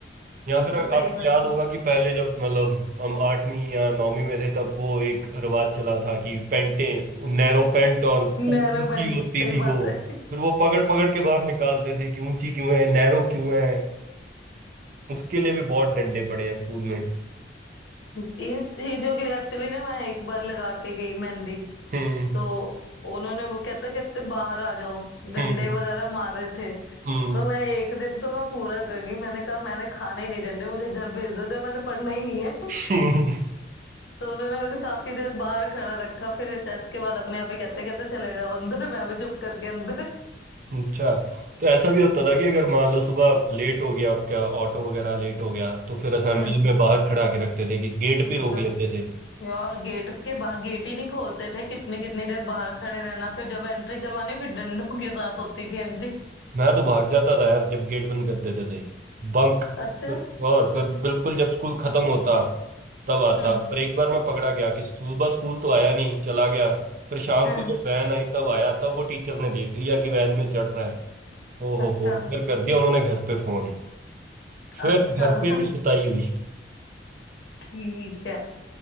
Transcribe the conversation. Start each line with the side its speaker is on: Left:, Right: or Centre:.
Right: या फिर आपको
Left: सही बात
Right: याद
Left: है
Right: होगा कि पहले जब मतलब हम आठवीं या नौवीं में थे तब वो एक रिवाज चला था कि पैंटें नैरो पैंट और
Left: नैरो
Right: ऊंची
Left: पैंट
Right: होती
Left: सही
Right: थी
Left: बात
Right: वो
Left: है
Right: फिर वो पकड़ पकड़ के बाहर निकालते थे कि ऊंची क्यों है नैरो क्यों है उसके लिए भी बहुत डंडे पड़े हैं स्कूल में
Left: इन चीजों के लिए एक्चुअली ना मैं एक बार लगा के गई मेहंदी
Right: हम्म
Left: तो उन्होंने वो कहते कहते बाहर आ जाओ डंडे
Right: हम्म
Left: वगैरह मार रहे थे
Right: हम्म
Left: तो मैं एक दिन तो मैं पूरा कर गई मैंने कहा मैंने खाने ही नहीं देने मुझे घर भेज दो चाहे मैंने पढ़ना ही नहीं है <laughs>
Right: <laughs> हम्म।
Left: तो उन्होंने मुझे काफी देर बाहर खड़ा रखा फिर रिसेस के बाद अपने आप ही कहते कहते चले जाओ अंदर मैं भी चुप करके अंदर
Right: अच्छा तो ऐसा भी होता था कि अगर मान लो सुबह लेट हो गया आपका ऑटो वगैरह लेट हो गया तो फिर असेंबली
Left: हम्म
Right: में बाहर खड़ा के रखते थे कि गेट
Left: <laughs>
Right: पे रोक
Left: तो
Right: लेते थे
Left: यार गेट के बाहर गेट ही नहीं खोलते थे कितनी कितनी देर बाहर खड़े रहना फिर जब एंट्री करवानी फिर डंडों के साथ होती थी एंट्री
Right: मैं तो भाग जाता था यार जब गेट बंद कर देते थे बंक
Left: अच्छा
Right: और फिर बिल्कुल जब स्कूल खत्म होता तब आता
Left: हम्म
Right: पर एक बार मैं पकड़ा गया कि सुबह स्कूल तो आया नहीं चला गया फिर शाम
Left: हम्म
Right: को जब वैन आई तब आया तब वो टीचर ने देख लिया कि वैन में चढ़ रहा है ओ हो
Left: अच्छा
Right: हो फिर कर दिया उन्होंने घर पे फोन
Left: अच्छा
Right: फिर घर
Left: <laughs>
Right: पे भी सुताई हुई
Left: ठीक है